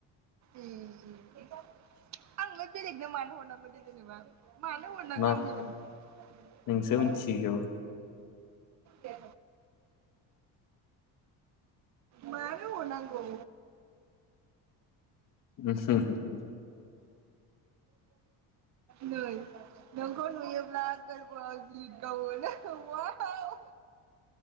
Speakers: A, on the right (about 50°); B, on the left (about 55°).
A: ए आंल बेलेगनो मानो हरनांगदो जेनेबा मानो हरनांगौ
B: मा
A: आं बेलेगनो
B: नोंसो मिथिगौ
A: दे मानो हरनांगौ
B: <unintelligible>
A: नै नोंखौ नुयोब्ला गोरबोआव गित गावों अवाव